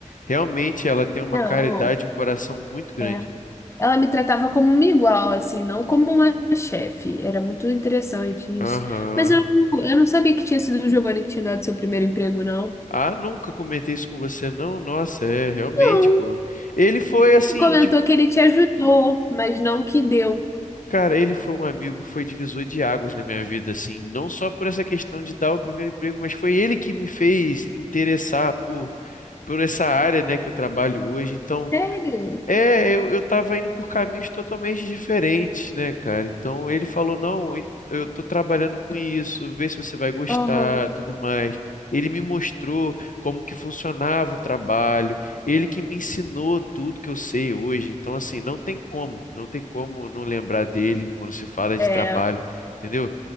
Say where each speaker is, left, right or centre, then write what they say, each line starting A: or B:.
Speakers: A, on the left; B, on the left.
A: realmente ela tem uma
B: Não.
A: caridade, um coração muito grande.
B: É. Ela me tratava como uma igual, assim, não como uma chefe. Era muito interessante
A: Aham.
B: isso. Mas eu, eu não sabia que tinha sido o Giovanni que tinha dado seu primeiro emprego, não.
A: Ah, nunca comentei isso com você, não? Nossa, é, realmente,
B: Não,
A: pô. Ele foi assim,
B: comentou que ele te ajudou, mas não que deu.
A: Cara, ele foi um amigo que foi divisor de águas na minha vida, assim, não só por essa questão de dar o primeiro emprego, mas foi ele que me fez interessar por, por essa área, né, que eu trabalho hoje. Então,
B: Sério?
A: é, eu, eu tava indo por caminhos totalmente diferentes, né, cara? Então ele falou: não, ent- eu tô trabalhando com isso, vê se você vai gostar,
B: Aham.
A: tudo mais. Ele me mostrou como que funcionava o trabalho, ele que me ensinou tudo que eu sei hoje. Então, assim, não tem como, não tem como não lembrar dele quando se fala de
B: É,
A: trabalho, entendeu?